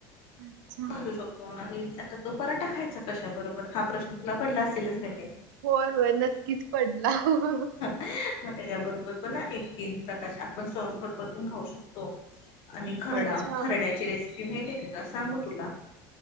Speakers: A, on the right; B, on the left.
A: अच्छा.
B: करतो. आणि आता तो पराठा खायचा कशा बरोबर? हा प्रश्न तुला पडला असेलच की नाही.
A: होय, होय, नक्कीच पडला. हं हं
B: म्हणजे या बरोबर पण ना एक तीन प्रकार, आपण सॉस बरोबर पण खाऊ शकतो. आणि खरडा,
A: अच्छा.
B: खरड्याची रेसिपी माहिती आहेे का, सांगू तुला?